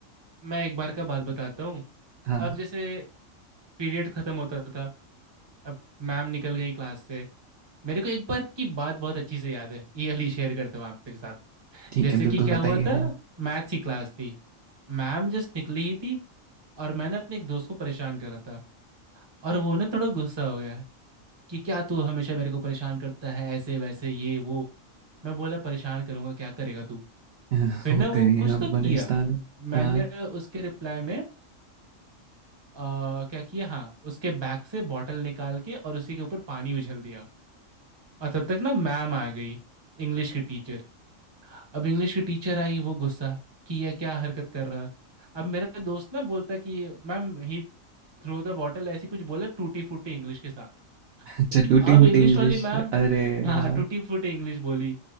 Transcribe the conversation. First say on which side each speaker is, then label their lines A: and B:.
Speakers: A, on the right; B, on the right.
A: मैं एक बार का बात बताता हूँ
B: हाँ
A: अब जैसे पीरियड ख़त्म होता था अब मैम निकल गई क्लास से मेरे को एक बार की बात बहुत अच्छी से याद है ये अली शेयर करता हूँ आपके साथ
B: ठीक
A: जैसे
B: है बिल्कुल
A: कि क्या
B: बताइए
A: हुआ था
B: हाँ
A: मैथ्स की क्लास थी मैम जस्ट निकली ही थी और मैंने अपने एक दोस्त को परेशान करा था और वो ना थोड़ा गुस्सा हो गया है कि क्या तू हमेशा मेरे को परेशान करता है ऐसे वैसे ये वो मैं बोला परेशान करूंगा क्या करेगा तू
B: <laughs>
A: फिर
B: होते
A: ना वो
B: नहीं
A: कुछ
B: हम
A: तो
B: बलिस्तान
A: किया मैंने
B: हाँ
A: उसके रिप्लाई में आ, क्या किया हाँ उसके बैग से बॉटल निकाल के और उसी के ऊपर पानी उछल दिया और तब तक ना मैम आ गई इंग्लिश की टीचर अब इंग्लिश की टीचर आई वो गुस्सा कि ये क्या हरकत कर रहा अब मेरा दोस्त ना बोलता कि ma'am he threw the bottle ऐसी कुछ बोला टूटी फूटी इंग्लिश के साथ
B: अच्छा टूटी
A: अब
B: फूटी
A: इंग्लिश
B: इंग्लिश
A: वाली मैम
B: अरे
A: हाँ
B: हाँ
A: टूटी फूटी इंग्लिश बोली